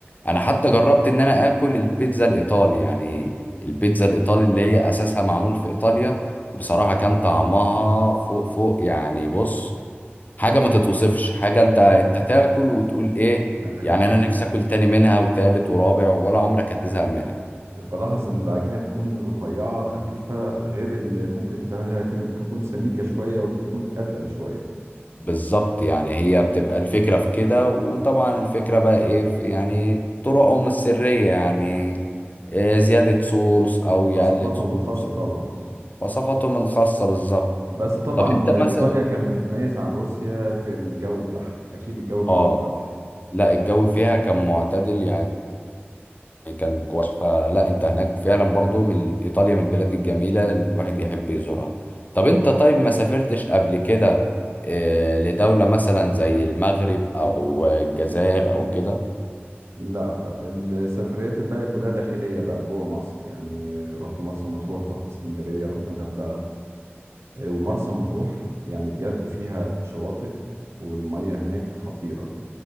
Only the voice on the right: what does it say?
اكيد
<laughs> اكيد
بلاحظ ان العجينه بتكون رفيعه خفيفه غير اللي ممكن تتعملها لكن بتكون سميكه شويه وتكون اتقل شويه
آه، استثماراتهم
الخاصة طبعا
بس طبعا
إيطاليا كانت بتتميز عن روسيا في الجو بتاعها أكيد الجو كان
خرافي
لا لا السفريات الباقية كلها داخلية بقى جوه مصر يعني رحت مرسى مطروح رحت اسكندرية رحت الغردقة ومرسى مطروح يعني بجد فيها شواطئ والمية هناك خطيرة